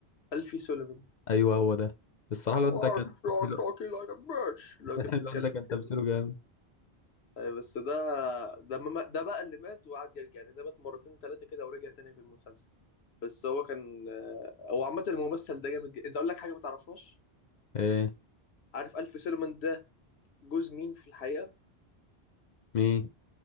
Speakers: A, on the left (about 75°); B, on the left (about 55°).
A: ألفي سوليفان
B: ايوه هو ده الصراحة الواد
A: "Arf,
B: ده كان
A: you're
B: الو-
A: talking like a bitch لو
B: <laughs>
A: كان
B: الواد
A: بيتكلم
B: ده كان تمثيله
A: كده
B: جامد
A: آه، بس ده ده ما ده بقى اللي مات وقعد يرجع يعني ده مات مرتين ثلاثة كده ورجع تاني في المسلسل بس هو كان آه، هو عامة الممثل ده جامد جدا انت اقول لك حاجة ما تعرفهاش
B: ايه
A: عارف ألفي سوليفان ده جوز مين في الحقيقة
B: مين